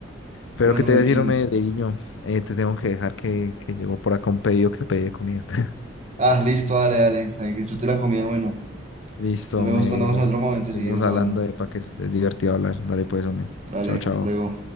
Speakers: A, on the left; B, on the right.
A: Pero
B: Bueno,
A: que te
B: Melkin.
A: voy a decir, hombre, Dieguiño, eh, te tengo que dejar que, que llegó por acá un pedido que pedí de comida. <laughs>
B: Ah, listo, dale, dale. sabe Que disfrute la comida. Bueno,
A: Listo,
B: nos vemos,
A: me
B: nos
A: digo.
B: vemos en otro momento y
A: Seguimos
B: seguimos
A: hablando
B: hablando.
A: de para que es divertido hablar. Dale pues, hombre.
B: Dale,
A: Chao,
B: hasta
A: chao.
B: luego.